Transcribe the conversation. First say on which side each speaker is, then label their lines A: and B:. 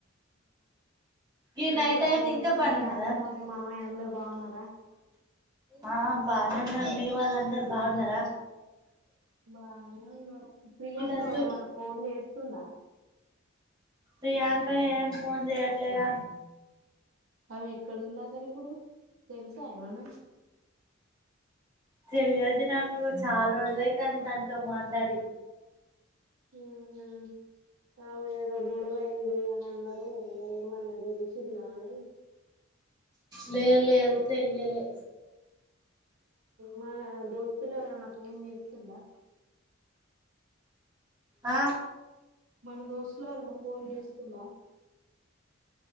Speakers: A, on the right (about 20°); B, on the right (about 75°).
A: ఈ
B: ఇంకా
A: నైట్ అయింది
B: ఏం
A: ఇంకా
B: సంగతి
A: పని
B: మీ
A: ఉన్నదా
B: అత్తమా మీ మామయ్య అందరు బాగున్నారా
A: ఆ బానే ఉన్నారు మీ వాళ్ళందరు బాగున్నారా
B: బాగానే ఉన్నారు ప్రియాంక
A: ఇదద్దు
B: ఏమన ఫోన్ చేస్ స్తుందా
A: ప్రియాంక ఏం ఫోన్ చెయట్లేగా
B: ఆమె ఎక్కడ ఉంది అసలు ఇప్పుడు తెలుసా ఏమన్నా
A: తెలియది నాకు చాలా రోజులైతాంది తనతో మాట్లాడి
B: ఊహూ ఆమె ఏదో మీ గొడవైంది అని అన్నారు ఏమన్నా తెలిసిందా చిల్లని
A: లేదు లేదు తెలియలే
B: మన మన దోస్తులు ఎవరన్నా ఫోన్ చేసి తుల్లా
A: ఆ
B: మన దోస్తులు ఎవరన్నా ఫోన్ చేస్తూలా